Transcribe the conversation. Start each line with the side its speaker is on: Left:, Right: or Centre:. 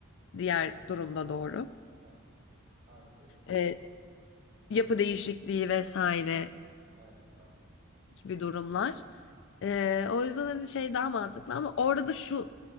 Left: diğer durumda doğru.
Right: Ha, hangisi?
Left: Ee, yapı değişikliği vesaire
Right: Hı. Aynen tamam.
Left: gibi durumlar. Ee, o yüzden hani şey daha mantıklı ama orada da şu